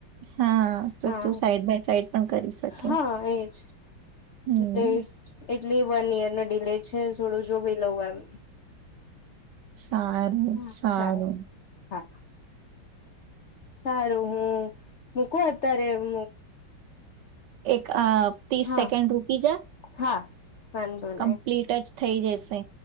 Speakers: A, on the right (about 70°); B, on the left (about 65°).
A: હા તો
B: હા
A: તું સાઈડ બાય સાઈડ પણ કરી શકે
B: હા એજ
A: હમ
B: એટલે એટલી વન ઈયર નો ડીલે છે થોડું જો ભી લઉમ
A: સારું
B: અચ્છા
A: સારું
B: હા સારું હું મૂકું અત્યારે એમ
A: એક અ ત્રીસ
B: હા
A: સેકન્ડ રૂકી જા
B: હા વાંધો
A: કમ્પ્લીટ
B: નહી
A: જ થઇ જશે